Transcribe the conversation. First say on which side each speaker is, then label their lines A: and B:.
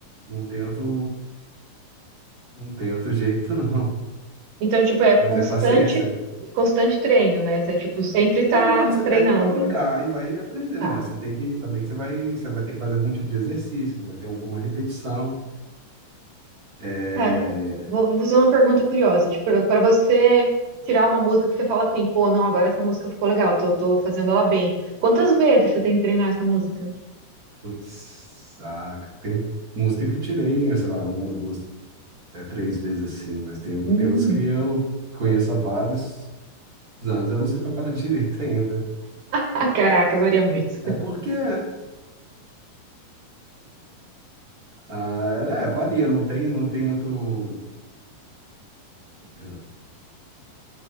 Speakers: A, on the right; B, on the right.
A: Não tem outro, não tem outro jeito, <laughs> não.
B: Então, tipo, é constante,
A: Mas é paciência.
B: constante treino, né? Você, tipo, sempre tá
A: Não, você
B: treinando.
A: pega para brincar e vai aprendendo,
B: Tá.
A: mas você tem que saber que você vai, você vai ter que fazer algum tipo de exercício, vai ter alguma repetição. É...
B: Cara, vou vou fazer uma pergunta curiosa. Tipo, para você tirar uma música que você fala assim, pô, não, agora essa música ficou legal, tô, tô fazendo ela bem. Quantas vezes você tem que treinar essa música?
A: Putz, ah, tem música que eu tirei, sei lá, uma, duas, até três vezes assim, mas tem,
B: Hum.
A: tem outras que eu conheço há vários anos, eu não sei tocar ela <laughs> direito ainda.
B: Ah, caraca, varia muito.
A: É porque, ah, é, varia, não tem, não tem muito, perdão.